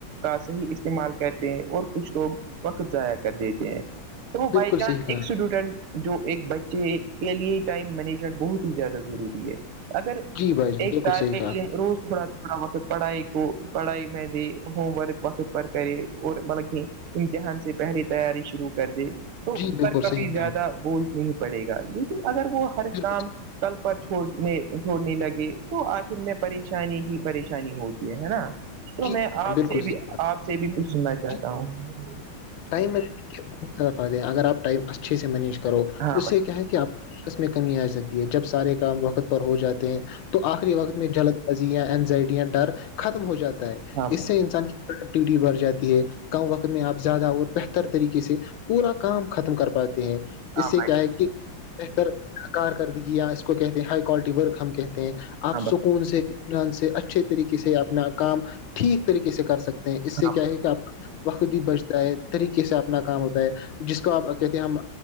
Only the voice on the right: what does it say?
کا صحیح استعمال کرتے ہیں اور کچھ لوگ وقت ضائع کر دیتے ہیں تو
بائی چانس
ایک اسٹوڈنٹ جو ایک بچے کے لیے ٹائم مینجمنٹ بہت ہی زیادہ ضروری ہے اگر
ایک
طالب
علم
روس تھوڑا تھوڑا وقت پڑھائی کو پڑھائی میں دی ہوم ورک وقت پر کرے اور مطلب کہ امتحان سے پہلے تیاری شروع کر دے تو
اس
پر کافی
زیادہ
بوجھ نہیں پڑے گا لیکن اگر وہ
ہر
کام کل پر چھوڑنے چھوڑنے لگے تو آخر میں پریشانی ہی پش پریشانی ہوتی ہے ہے نا
تو
میں
آپ
سے
بھی
آپ سے بھی پوچھنا
چاہتا ہوں
ہاں
بھائی ہاں
بھائی
ہاں
بھئی
ہاں
بھائی